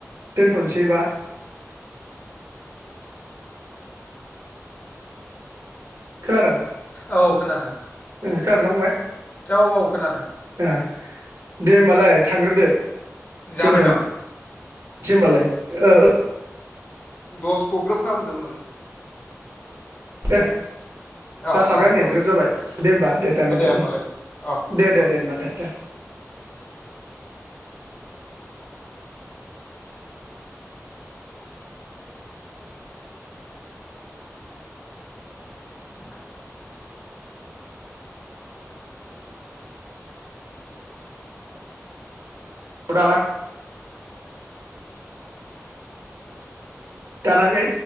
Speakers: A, on the right (about 70°); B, on the left (about 35°).
A: दोनथ'नोसै बा खोनादों
B: <inaudible> औ खोनादों
A: खोनादोना
B: औ औ खोनादों
A: फंबाय दे होनबालाय थांग्रोदो
B: जाबाय
A: दोनथ'नो
B: न'
A: सै होनोमबालाय औ औ
B: दसखौ ग्रोब खालामदो हबालाय
A: दे
B: औ
A: जाखाबाय
B: औ
A: नै
B: दस
A: ग्रोब जाबाय दे होमबा दे दान' दे
B: होमबालाय अ
A: दे दे
B: अ
A: दे होमबा दे दे <inaudible>
B: <inaudible>
A: अ दाना दानाखै